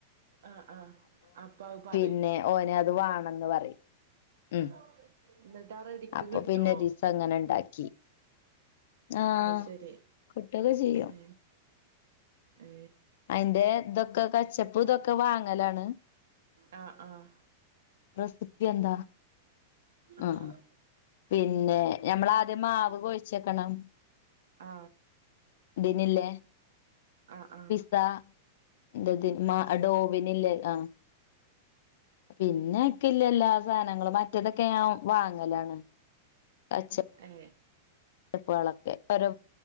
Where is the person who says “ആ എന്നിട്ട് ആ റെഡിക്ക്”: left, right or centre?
Right